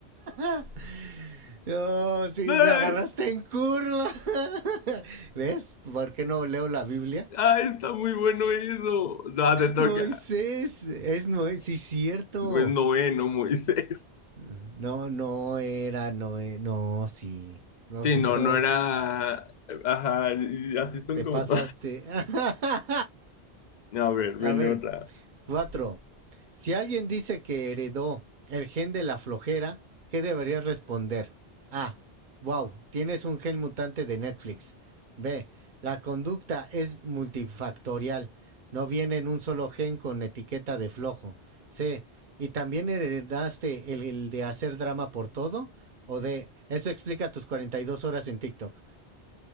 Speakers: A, on the right; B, on the left.
A: <laughs> No, oh, sí,
B: Ay,
A: me agarraste en curva. <laughs> ¿Ves? ¿Por qué no leo la Biblia?
B: ay, está muy bueno eso. No, te toca.
A: Moisés, es Moisés, sí, cierto.
B: pues noveno Moisés.
A: No, no era, no, e- no, sí. No
B: Sí,
A: has visto,
B: no, no era. Ajá, y así son
A: te
B: como.
A: pasaste.
B: <laughs>
A: <laughs>
B: A ver, viene
A: A ver,
B: otra.
A: 4. Si alguien dice que heredó el gen de la flojera, ¿qué deberías responder? A. Wow, tienes un gen mutante de Netflix. B. La conducta es multifactorial. No viene en un solo gen con etiqueta de flojo. C. ¿Y también heredaste el, el de hacer drama por todo? O D. Eso explica tus 42 horas en TikTok.